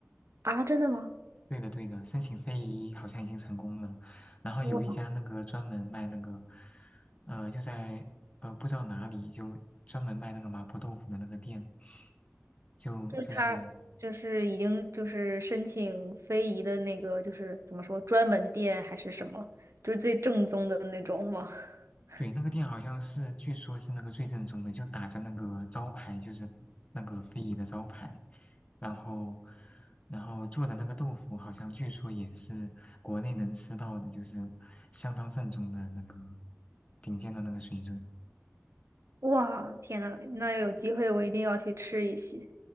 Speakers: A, on the right; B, on the left.
A: 啊，真的吗？
B: 对的，对的，申请非遗好像已经成功了。然后有一家那个专门卖那个，
A: 哇，
B: 呃，就在呃不知道哪里，就专门卖那个麻婆豆腐的那个店，就就是
A: 就是它就是已经就是申请非遗的那个就是怎么说专门店还是什么，就是最正宗的那种吗？<laughs>
B: 对，那个店好像是，据说是那个最正宗的，就打着那个招牌，就是那个非遗的招牌，然后，然后做的那个豆腐，好像据说也是国内能吃到的，就是相当正宗的那个顶尖的那个水准。
A: 哇，天呐，那要有机会我一定要去吃一些，